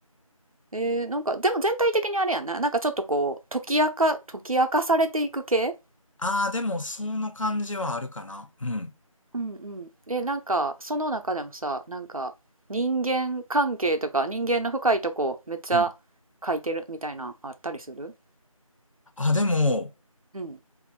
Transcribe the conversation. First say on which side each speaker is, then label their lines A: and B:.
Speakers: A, on the right; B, on the left.
A: えー、なんかでも全体的にあれやななんかちょっとこう解き明か解き明かされていく系
B: ああ、でもその感じはあるかな。うん。
A: うんうん。で、なんか、その中でもさ、なんか、人間関係とか、人間の深いとこ、めっちゃ
B: うん
A: 書いてるみたいな、あったりする
B: あ、でも、
A: うん。